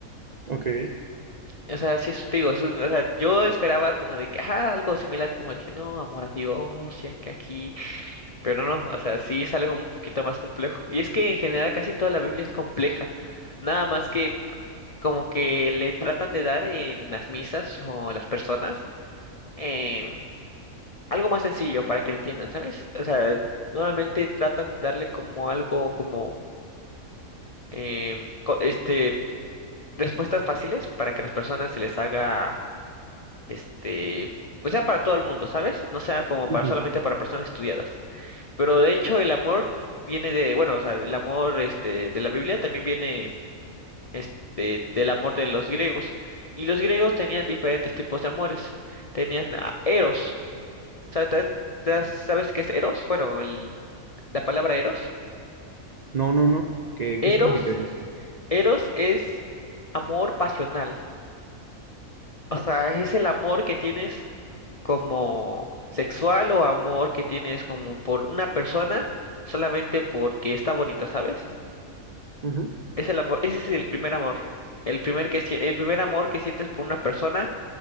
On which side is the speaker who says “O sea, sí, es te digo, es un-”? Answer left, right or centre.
Left